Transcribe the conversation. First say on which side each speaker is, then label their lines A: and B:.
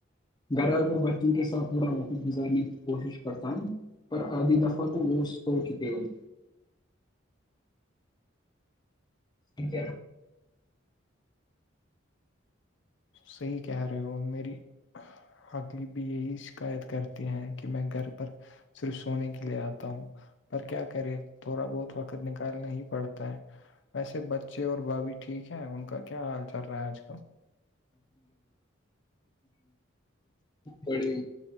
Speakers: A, on the left (about 20°); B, on the left (about 60°).
A: گھر ب چ کے سات تھورا وفت گزرنے کی کوشش کرتا ہوں پر آدھی دفعہ تو روز ہو چکے ہوں ٹیک ہے
B: صحیح کہہ رہے ہو میری حقلیب بھی یہی شکایت کرتے ہیں کہ میں گھر پر صرف سونے کے لیے آتا ہوں پر کیا کرے تھوڑا بہت وقت نکالنا پڑتا ہو ویسے بچے اور بھابھی ٹھیک ہے ان کا کیا حال چل رہا ہے آج کل
A: بڑی